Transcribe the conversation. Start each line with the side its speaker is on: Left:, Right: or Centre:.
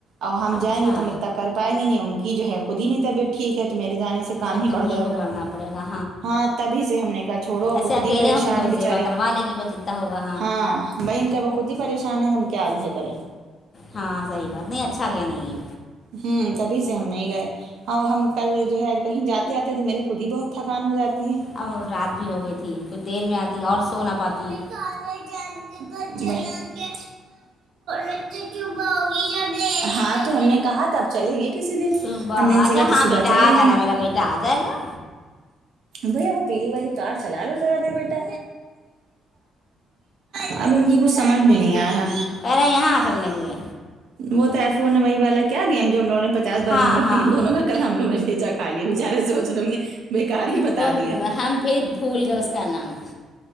Right: اور ہم
Left: اچھا
Right: جائیں گے تو متک پائیں گے نہیں ان کی جو ہے خود ہی نہیں طبیت ٹھیک ہے تو میرے جانے سے کام
Left: سب
Right: ہی
Left: تم
Right: بڑھ جائے
Left: کو
Right: گا
Left: کرنا پڑے گا
Right: ہاں تبھی سے ہم نے کہا چھوڑو
Left: ایسے
Right: وہ خود
Left: اکیلے
Right: ہی پریشان
Left: ہوں گے تو
Right: ہے
Left: زیبا
Right: بچاری
Left: کروا لے گی بس جتنا ہوگا
Right: ہاں بھائی ہم کا وہ خود ہی پریشان ہے ہم کیا آج ہے کریں
Left: ہاں صحیح بات نہیں اچھا کیا نہیں گئی
Right: ہوں تبھی سے ہم نہیں گئے اور ہم کل جو ہے کہیں جاتے آتے تو میرے خود ہی بہت تھکان ہو جاتی ہے
Left: اب رات بھی ہو گئی تھی تو دیر میں آتی ہیں اور سو نہ پاتی ہیں
Right: خالہ جان کے گھر جانا ہے ہاں تو ہم نے کہا تب چلیں گے کسی دن
Left: صبح
Right: ہم
Left: اچھا
Right: کہا تو
Left: ہاں
Right: صبح
Left: بیٹا
Right: چلیں
Left: آ جانا
Right: گے
Left: میرا بیٹا آ جائے گا
Right: بھیا وہ پیلی والی کار چلا لو ذرا دیر بیٹا اب ان کی کچھ سمجھ بھی نہیں آ رہا
Left: کہ رہے یہاں چلنے کیے
Right: وہ تو ائی فون نے وہی والا کیا گیم جو ہم لوگوں نے پچاس بار
Left: ہاں
Right: ان دونوں
Left: ہاں
Right: ان دونوں کا کل ہم لوگوں نے بھیجا کا کھالیا بےچارے سوچ رہے ہونگے بےکار ہی بتا
Left: وہ
Right: دیا
Left: ہم پھر بھول گئے اس کا نام